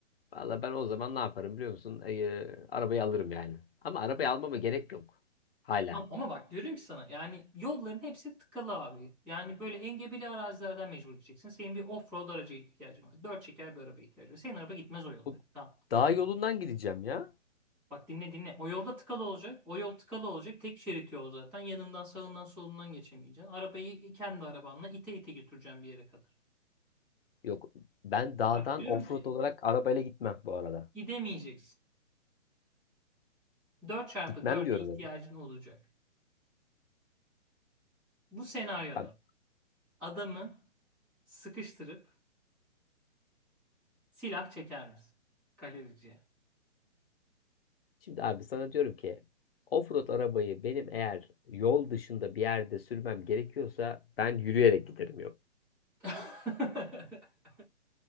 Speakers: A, on the left; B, in the centre.
A: valla ben o zaman ne yaparım biliyor musun? Ee, arabayı alırım yani. Ama arabayı almama gerek yok. Hala.
B: Ya Ama bak diyorum ki sana yani yolların hepsi tıkalı abi. Yani böyle engebeli arazilerden mecbur gideceksin. Senin bir off-road araca ihtiyacın var. Dört çeker bir araba ihtiyacın var. Senin araba gitmez o yolları.
A: Bu
B: Tamam.
A: dağ yolundan gideceğim ya.
B: Bak dinle dinle. O yolda tıkalı olacak. O yol tıkalı olacak. Tek şerit yol zaten. Yanından sağından solundan geçemeyeceksin. Arabayı kendi arabanla ite ite götüreceğim bir yere kadar.
A: Yok. Ben dağdan
B: Bak diyorum
A: offroad
B: ki
A: olarak arabayla gitmem bu arada.
B: gidemeyeceksin. Dört çarpı
A: Gitmem
B: 4e
A: diyorum
B: ihtiyacın
A: dedim.
B: olacak. Bu senaryoda
A: Bak
B: adamı sıkıştırıp silah çeker misin? Galericiye.
A: Şimdi abi sana diyorum ki offroad arabayı benim eğer yol dışında bir yerde sürmem gerekiyorsa ben yürüyerek giderim yok.
B: <laughs>